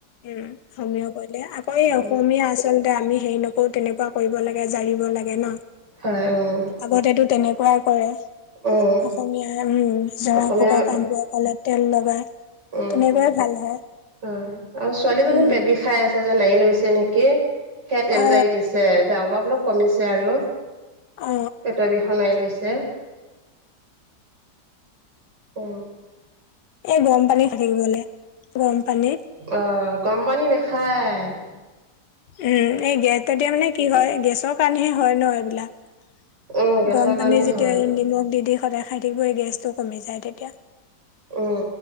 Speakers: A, on the left; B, on the right.
A: উম সমীঅ কৰিলে আকৌ এই অসমীয়া
B: উম
A: আ আচলতে আমি সেই নকৰো তেনেকুৱা কৰিব লাগে জাৰিব লাগে ন।
B: হয়। উম
A: আগতেতো তেনেকোৱাই কৰে। অসমীয়া
B: উম
A: উম জৰা
B: অসমীয়া
A: ফুকা কামবোৰ ক'লে তেল লগাই
B: উম
A: তেনেকুৱাই ভাল হয়
B: অ আৰু ছোৱালীজনী
A: উম
B: পেট বিষাই আছে যে নাৰি লৈছে নেকি। সেয়া তেল
A: অ
B: জাৰি দিছে এতিয়া অলপ অলপ কমিছে আৰু
A: অ অ
B: পেটৰ বিষ সনাই লৈছে অ।
A: এই গৰম পানী থাকিবলে গৰম পানীত।
B: অ গৰম পানী নেখায়।
A: উম এই গেছ তেতিয়া মানে কি হয় গেছৰ কাৰণেহে হয় ন এইবিলাক।
B: উম, গেছৰ
A: গৰম
B: কাৰণে
A: পানীত যেতিয়া
B: হয়
A: নিমখ দি দি সদায় খাই থাকিবই গেছটো কমি যায় তেতিয়া।
B: উম